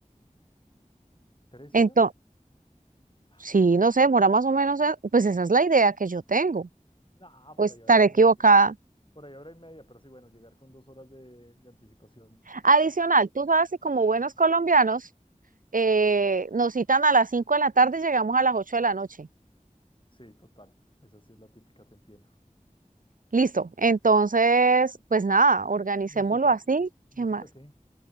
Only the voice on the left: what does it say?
¿Tres
horas? Ay,
No,
por ahí
hora y media.
Por ahí hora y media, pero sí, bueno, llegar con dos horas de, de anticipación.
Sí, total. Esa sí es la típica, te entiendo.
¿Música?
¿Música
qué?